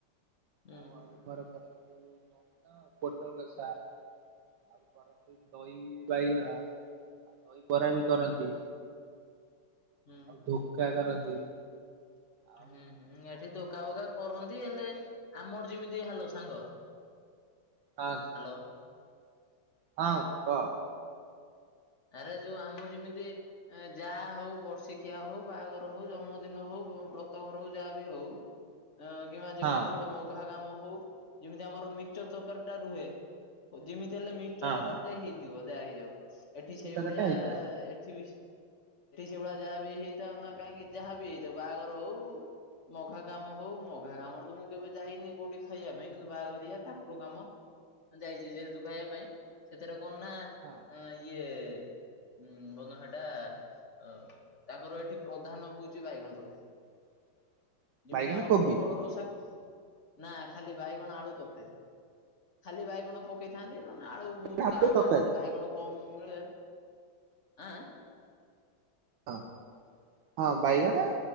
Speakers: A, on the left (about 40°); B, on the right (about 75°).
A: ହୁଁ
B: ଆଉ
A: ହୁଁ
B: ଆମର କରନ୍ତି କଣ ତ ପୋଟଳ ରସା। ଆଉ କରନ୍ତିୁ ଦହି ବାଇଗଣ ଆଉ ଦହି ବରା ବି
A: ହୁଁ।
B: କରନ୍ତି।
A: ହୁଁ।
B: ଧୁକା କରନ୍ତି। ଆଉ
A: ହୁଁ ହୁଁ
B: କଣ
A: ଏଠି
B: ସେଟା
A: ଧୁକା ବୋକା କରନ୍ତି ହେଲେ ଆମର ଯେମିତି ହ୍ୟାଲୋ ସାଙ୍ଗ
B: ଆଁ।
A: ହ୍ୟାଲୋ।
B: ହଁ କହ।
A: ଆରେ ଯୋଉ ଆମର ଯେମିତି ଯାହା ହଉ ବର୍ଷିକିଆ ହଉ ବାହାଘର ହଉ ଜନ୍ମଦିନ ହଉ ବ ବ୍ରତଘର ହଉ ଯାହା ବି ହଉ। ଅ କିମ୍ବା ଯେକୌଣସି
B: ହଁ
A: ଗୋଟେ ମଘା ଗାମ ହଉ ଯେମିତି ଆମର ମିକସଚର ତରକାରୀ ଟା ରୁହେ ଯେମିତି ହେଲେ ମିକଚର ତରକାରୀ
B: ହଁ।
A: ହେଇଥିବ ଯାହା ହେଇଯାଉ ଏଠି
B: ତରକାରୀଟା
A: ସେଇଭଳିଆ
B: ହେଇଥାଏ ହଁ
A: ଏଠି ସେଭଳିଆ ଯାହା ବି ହେଇଥାଉ ନା କାହିଁକି ଯାହା ବି ହେଇଥାଉ ବାହାଘର ହଉ ମଘା କାମ ହଉ ମଘା କାମରେ ତ ମୁଁ କେବେ ଯାଇନି କୋଉଠି ଖାଇବା ପାଇଁ କିନ୍ତୁ ବାହାଘରିଆ ଠାକୁର କାମ ଯାଇଛି ଯେହେତୁ ଖାଇବା ପାଇଁ ସେଥିରେ କଣ ନା
B: ହଁ।
A: ଅ, ଇଏ ଉଁ <unintelligible> ଏ ତାଙ୍କର ଏଠି ପ୍ରଧାନ ହଉଛି ବାଇଗଣ ବୋଧେ
B: <inaudible>
A: ଯେମିତି ଆମର
B: କୋବି
A: ପୋଟଳ ରସା କ ନା ଖାଲି ବାଇଗଣ ଆଳୁ ତରକାରୀ ଖାଲି ବାଇଗଣ ପକେଇଥାନ୍ତି ନା ଆଳୁ ବହୁତ
B: ଆଳୁ
A: କା ଭା
B: ତରକାରୀ
A: ବା ଯଦି ବାଇକଣ କମ ମିଳେ ଆଁ।
B: ହଁ ହଁ ବାଇଗଣ